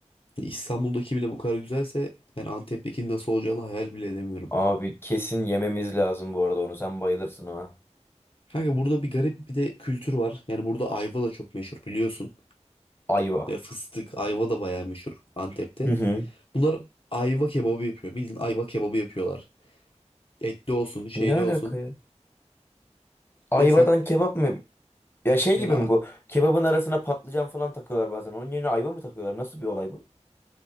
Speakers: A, on the left (about 50°); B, on the left (about 20°).
A: İstanbul'daki bile bu kadar güzelse yani Antep'teki nasıl olacağını hayal bile edemiyorum.
B: Abi kesin yememiz lazım bu arada onu. Sen bayılırsın ona.
A: Kanka burada bir garip bir de kültür var. Yani burada ayva da çok meşhur biliyorsun.
B: Ayva.
A: Ve fıstık, ayva da bayağı meşhur Antep'te.
B: Hı hı.
A: Bunlar ayva kebabı yapıyor. Bildiğin ayva kebabı yapıyorlar. Etli olsun, şeyli
B: Ne alaka
A: olsun.
B: ya? Ayvadan
A: Ve sen
B: kebap mı? Ya şey
A: yani,
B: gibi mi bu? Kebabın arasına patlıcan falan takıyorlar bazen. Onun yerine ayva mı takıyorlar? Nasıl bir olay bu?